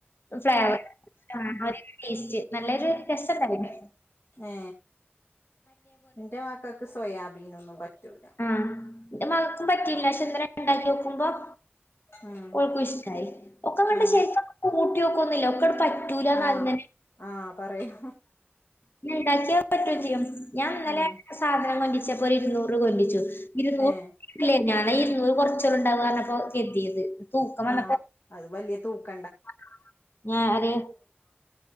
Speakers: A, on the left; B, on the left.
A: ഫ്ലേവർ ആ ടേസ്റ്റ് നല്ലൊരു രസണ്ടായിനി
B: ഏ എന്റെ മക്കക്ക് സോയാബീനോന്നും പറ്റൂല
A: ആ ഇന്റെ മകക്ക് പറ്റില്ല ഷേ ഇന്നല്ലേ ഇണ്ടാക്കോക്കുമ്പം
B: ഉം
A: ഓൾക്കും ഇഷ്ടായി ഒക്കെങ്ങട്ട്
B: ഏ
A: ശേരികോന്ന് കൂട്ടിയോകൊന്നുല്ല ഒക്കണ്ട്
B: ആഹ് ആഹ് പറയൂ
A: <unintelligible> പറ്റും ചെയ്യും ഞാൻ ഇന്നലെ
B: ഉം
A: സാധനം കൊണ്ടിച്ചപ്പോ <unintelligible> <unintelligible>
B: ഏ
A: വന്നപ്പോ
B: ആ അത് വലിയ തൂക്ക
A: <unintelligible> നാല്